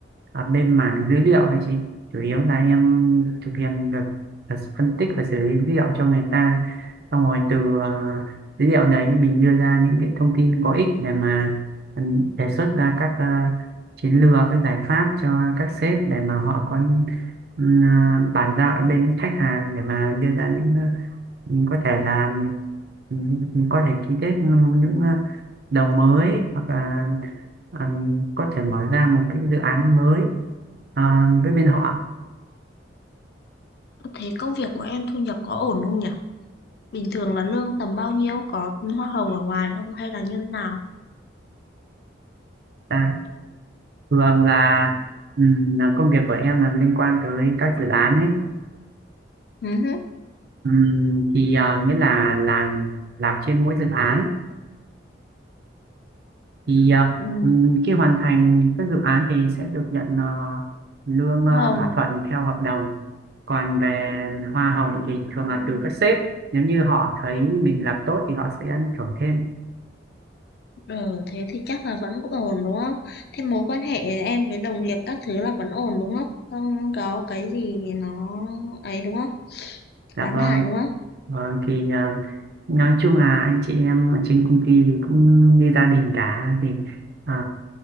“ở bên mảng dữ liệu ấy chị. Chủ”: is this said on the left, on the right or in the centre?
Right